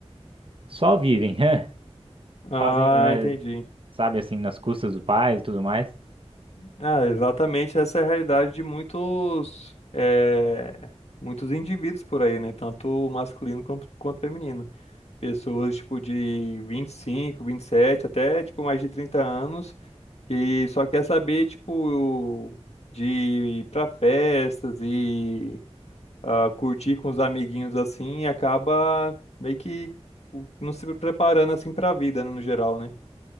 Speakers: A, on the right; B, on the left.
A: só vivem, <laughs>
B: Ah,
A: fazem, eh,
B: entendi.
A: sabe assim, nas custas do pai e tudo mais.
B: Ah, exatamente, essa é a realidade de muitos, eh, muitos indivíduos por aí, né? Tanto masculino quanto, quanto feminino. Pessoas, tipo, de vinte vinte e cinco vinte e sete até, tipo, mais de 30 anos, que só quer saber, tipo, de ir pra festas e ah, curtir com os amiguinhos, assim, e acaba meio que o- não se preparando, assim, pra vida, né, no geral, né?